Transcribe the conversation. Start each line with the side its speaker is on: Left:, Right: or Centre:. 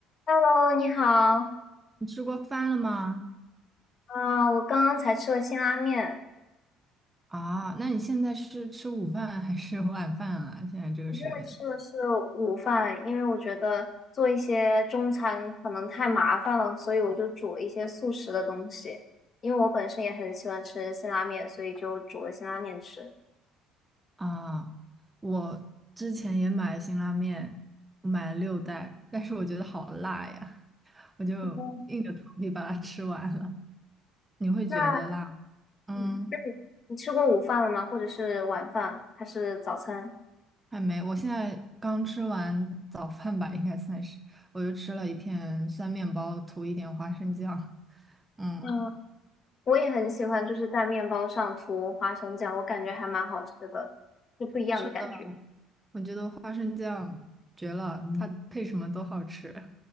Left: Hello，你好
Right: 你吃过饭了吗？
Left: 啊！我刚刚才吃了辛拉面，
Right: 啊，那你现在是吃午饭还是晚饭啊？现在这个时间
Left: 我现在吃的是午饭，因为我觉得做一些中餐可能太麻烦了，所以我就煮了一些速食的东西。因为我本身也很喜欢吃辛拉面，所以就煮了辛拉面吃。
Right: 啊，我之前也买了辛拉面，我买了六袋，但是我觉得好辣呀，我就硬着头皮把它吃完了。
Left: 嗯，
Right: 你会觉得辣吗？
Left: 那
Right: 嗯，
Left: 嗯，你吃过午饭了吗？或者是晚饭，还是早餐？
Right: 还没，我现在刚吃完早饭吧，应该算是，我就吃了一片酸面包，涂一点花生酱。嗯，
Left: 嗯我也很喜欢，就是在面包上涂花生酱，我感觉还蛮好吃的，就不一样的感觉。
Right: 是的。我觉得花生酱绝了，它嗯配什么都好吃